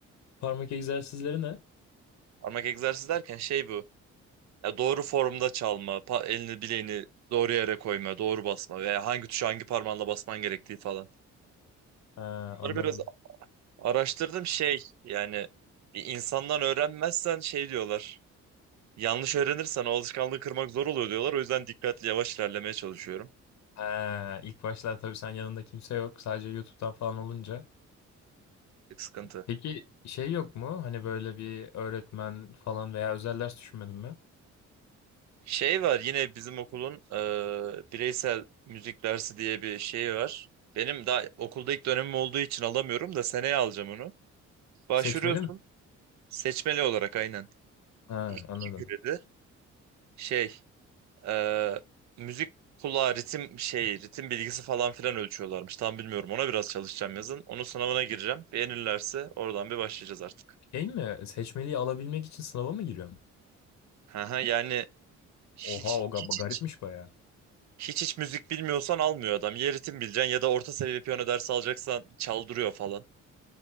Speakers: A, on the left (about 65°); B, on the right (about 65°).
A: Parmak egzersizleri ne?
B: Parmak egzersizi derken şey bu. Ya doğru formda çalma, pa- elini bileğini doğru yere koyma, doğru basma veya hangi tuşu hangi parmağınla basman gerektiği falan.
A: Ha,
B: Bunları
A: anladım.
B: biraz araştırdım şey yani bir insandan öğrenmezsen şey diyorlar. Yanlış öğrenirsen o alışkanlığı kırmak zor oluyor diyorlar. O yüzden dikkatli yavaş ilerlemeye çalışıyorum.
A: Ha, ilk başlar tabii sen yanında kimse yok. Sadece YouTube'dan falan olunca.
B: Bir sıkıntı.
A: Peki şey yok mu? Hani böyle bir öğretmen falan veya özel ders düşünmedin mi?
B: Şey var yine bizim okulun e, bireysel müzik dersi diye bir şeyi var. Benim daha okulda ilk dönemim olduğu için alamıyorum da seneye alacağım onu. Başvuruyorsun
A: Seçmeli mi?
B: seçmeli olarak aynen.
A: Ha,
B: İki
A: anladım.
B: kredi. Şey e, müzik kulağı ritim şey ritim bilgisi falan filan ölçüyorlarmış. Tam bilmiyorum ona biraz çalışacağım yazın. Onun sınavına gireceğim. Beğenirlerse oradan bir başlayacağız artık.
A: Şey mi? Seçmeliyi alabilmek için sınava mı giriyorsun?
B: Hı hı, Yani hiç
A: Oha o ga-
B: hiç hiç
A: garipmiş baya.
B: Hiç hiç müzik bilmiyorsan almıyor adam. Ya ritim bileceksin ya da orta seviye piyano dersi alacaksan çaldırıyor falan.